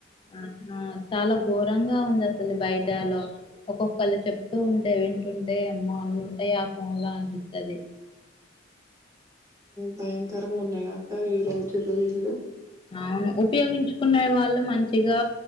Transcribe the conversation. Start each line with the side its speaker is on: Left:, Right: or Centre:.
Left: ఆ ఆ చాలా ఘోరంగా ఉంది అసలు బయటలో ఒక్కొక్కలు చెప్తూ ఉంటే వింటుంటే ఏమో ఉంటయి ఆ ఫోన్ లా అనిపిత్తది
Right: భయంకరంగా ఉన్నాయి అక్క ఈ రోజులు వీళ్ళు
Left: అవును ఉపయోగించుకునే వాళ్ళు మంచిగా